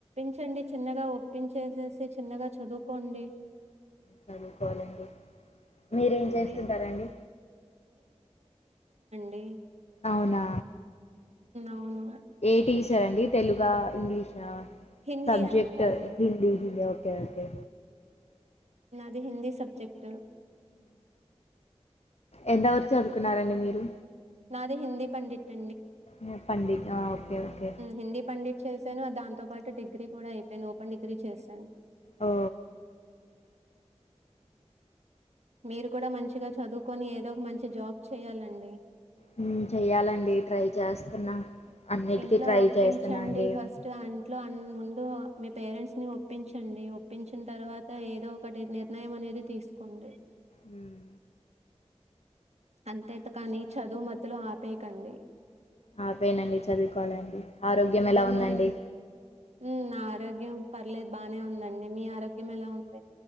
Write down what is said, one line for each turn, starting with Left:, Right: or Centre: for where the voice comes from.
Right: యండి చిన్నగా ఒప్పించేసేసి చిన్నగా చదువుకోండి
Left: చదువుకోవాలండి మీరేం చేస్తుంటారాండి
Right: నే డీ
Left: అవునా
Right: అవును
Left: ఏటీస్ రండి తెలుగ ఇంగ్లీషా
Right: హిందీ
Left: సబ్జెక్ట్
Right: అండి నాది
Left: హిందీ హిం ఓకే కే
Right: ది హిందీ సబ్జెక్టు
Left: ఎంతవర చదువుకున్నారండి మీరు
Right: నాది హిందీ పండిట్
Left: ఆ! పండిట్ ఆ ఓకే ఓకే
Right: హిందీ పండిత్ చేశాను దాంతో పాటు డిగ్రీ కూడా అయిపోయింది ఓపెన్ డిగ్రీ చేశాను
Left: ఓ
Right: మీరు కూడా మంచిగా చదువుకొని ఏదో ఒక మం జాబ్ చేయాలండి
Left: హ్మ్ చెయ్యాలండి ట్రై చేస్తున్నా అన్నిటికీ
Right: ఇంట్లో
Left: ట్రై
Right: ఒప్పించండి
Left: చేస్తున్నా అండి
Right: ఫస్ట్
Left: ఉమ్
Right: అంట్లో ముందు మీ పేరెంట్స్ని ఒప్పించండి ఒప్పించిన తర్వాత ఏదో ఒకటి నిర్ణయం అనేది తీసుకోండి
Left: హ్మ్
Right: అంతేత కాని చదువు మధ్యలో ఆపేయకండి
Left: ఆపోయినండి చదువుకోవాలండి ఆరోగ్యం
Right: నిజమైన
Left: ఎలా ఉందండి
Right: ఉమ్, నా ఆరోగ్యం పర్లేదు బానే ఉందండి మీ ఆరోగ్యం ఎలా ఉంది